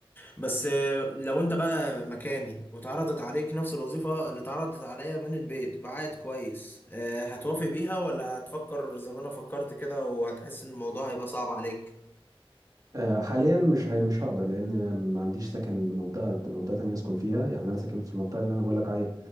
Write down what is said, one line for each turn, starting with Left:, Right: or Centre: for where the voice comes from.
Left: بس آه، لو انت بقى مكاني واتعرضت عليك نفس الوظيفه اللي اتعرضت عليا من البيت بعائد كويس آه، هتوافق بيها ولا هتفكر زي ما انا فكرت كده وهتحس ان الموضوع هيبقى صعب عليك
Right: آه، حاليا مش هي- مش هقدر لان ما عنديش سكن منطقه منطقه تانية اسكن فيها يعني انا ساكن في المنطقه اللي انا بقول لك عليها